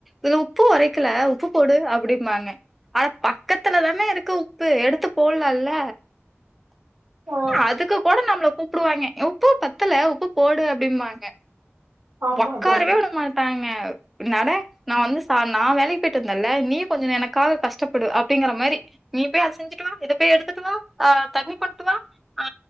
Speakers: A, in the centre; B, on the right.
A: இது உப்பு ஒறைக்கல உப்பு போடு அப்டிம்பாங்க அட பக்கத்துல தான இருக்கு உப்பு எடுத்து போல்லால்ல
B: ஆ
A: அதுக்கு கூட நம்ள கூ பாய்ங்க உப்பு பத்தல உப்பு போடு அப்டிம்பாங்க
B: ஆமா
A: ஒக்காரவே
B: தோழி
A: உட மாட் ட்டாங்க பின்னாட நா வந்து ச நா வேலைக்கு போய்ட்டு வந்தல நீ கொஞ்சோ எனக்காக கஷ்டப்படு அப்டிங்ற மாரி நீ போய் அத செஞ்சிட்டு வா இத போய் எடுத்துட்டு வா ஆ தண்ணி கொண்டு வா ஆ